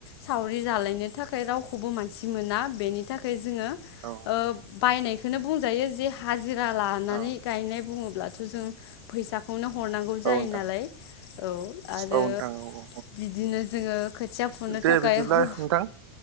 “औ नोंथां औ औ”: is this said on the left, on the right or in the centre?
Right